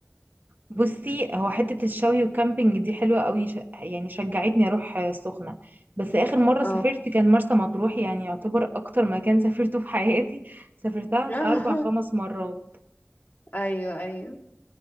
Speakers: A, on the right; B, on the left.
A: بصي هو حتة الشوي والكامبينج دي حلوة قوي ش... يعني شجعتني اروح آه، سخنة بس اخر مرة سافرت
B: اه
A: كان مرسى مطروح يعني يعتبر اكتر مكان <laughs> سافرته في حياتي سافرتها
B: <laughs>
A: بتاع اربع خمس مرات
B: ايوه ايوه